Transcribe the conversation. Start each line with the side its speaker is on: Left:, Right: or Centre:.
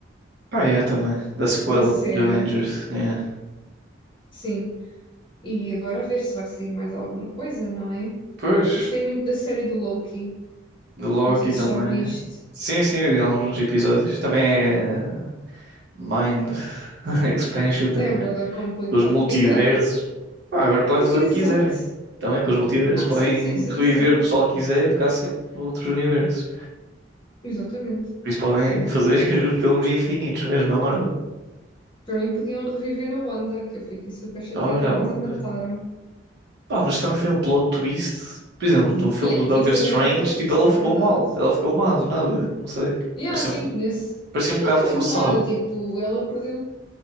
Right: Pá, yeah, também. Da sequela
Left: da série,
Right: dos Avengers. Yeah.
Left: sim. E agora a ver se vai sair mais alguma coisa, não é?
Right: Pois,
Left: Gostei muito da série do Loki.
Right: do Loki
Left: Não sei se
Right: também.
Left: já viste.
Right: Sim, sim, eu vi alguns episódios. Também é Mind <laughs> Expansion também.
Left: É bué da complicado.
Right: com os multiversos.
Left: Yeah.
Right: Pá, agora podem
Left: <laughs>
Right: fazer
Left: Exato.
Right: o que quiserem. Também com os multiversos.
Left: Ah,
Right: Podem
Left: sim, sim, sim,
Right: reviver
Left: sim.
Right: o pessoal que quiser, ficar sempre noutros universos.
Left: Exatamente.
Right: Por isso podem fazer <laughs> filmes infinitos mesmo, é Marvel.
Left: Para mim podiam reviver a Wanda, que eu fiquei super chateada
Right: Olha
Left: quando
Right: onde.
Left: a mataram.
Right: Pá, mas também foi um plot twist. Por exemplo, no filme
Left: Yeah,
Right: do Doctor
Left: tipo, foi
Right: Strange,
Left: grande plot
Right: tipo,
Left: twist,
Right: ela
Left: é
Right: ficou
Left: verdade.
Right: mal. Ela ficou mal do nada. Não sei.
Left: Yeah,
Right: Parecia
Left: sim,
Right: um,
Left: nesse
Right: parecia um
Left: Não
Right: bocado
Left: foi
Right: forçado.
Left: bem do nada, tipo, ela perdeu